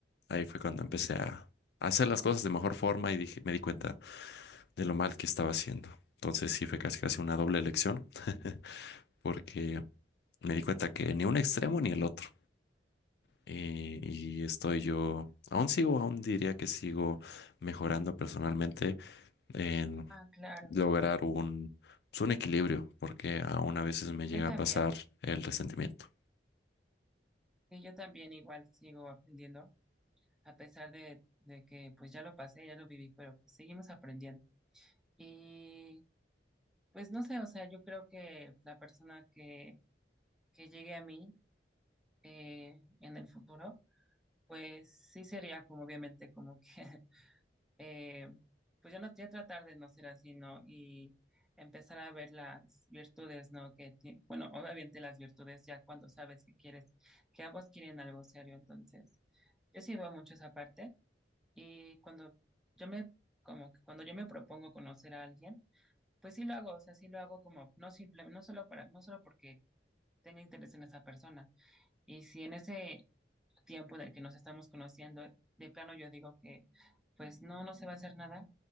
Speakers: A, on the left; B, in the centre.
A: ahí fue cuando empecé a a hacer las cosas de mejor forma y dije, me di cuenta de lo mal que estaba haciendo. Entonces sí fue casi casi una doble elección <laughs> porque me di cuenta que ni un extremo ni el otro. Y, y estoy yo, aún sigo, aún diría que sigo mejorando personalmente en
B: Ah, claro.
A: lograr un, pues, un equilibrio, porque aún a veces me llega
B: Yo también.
A: a pasar el resentimiento.
B: Sí, yo también igual sigo aprendiendo, a pesar de, de que pues ya lo pasé, ya lo viví, pero pues seguimos aprendiendo. Y pues no sé, o sea, yo creo que la persona que, que llegue a mí eh, en el futuro, pues sí sería como obviamente como que, <laughs> eh, pues yo no ya tratar de no ser así, ¿no? Y empezar a ver las virtudes, ¿no? Que ti- bueno, obviamente las virtudes ya cuando sabes que quieres, que ambos quieren algo serio, entonces yo sí veo mucho esa parte y cuando yo me, como que cuando yo me propongo conocer a alguien, Pues sí lo hago, o sea, sí lo hago como, no simple, no solo para, no solo porque tenga interés en esa persona. Y si en ese tiempo del que nos estamos conociendo, de plano yo digo que, pues no, no se va a hacer nada.